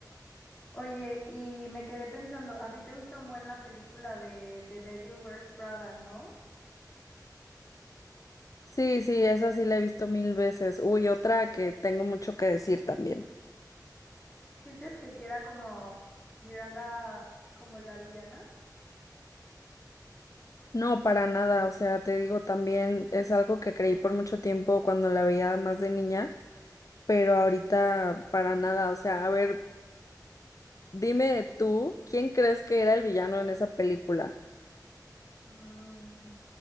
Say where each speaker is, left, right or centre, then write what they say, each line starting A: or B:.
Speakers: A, on the left; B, on the left.
A: Oye, y me quedé pensando, ¿a ti te gusta un buen la película de The Devil Wears Prada, no?
B: Sí, sí, esa sí la he visto mil veces. Uy, otra que tengo mucho que decir también.
A: ¿Sientes que si era como Miranda, como la villana?
B: No, para nada. O sea, te digo también, es algo que creí por mucho tiempo cuando la veía más de niña, pero ahorita para nada. O sea, a ver, dime tú, ¿quién crees que era el villano en esa película?
A: Mm,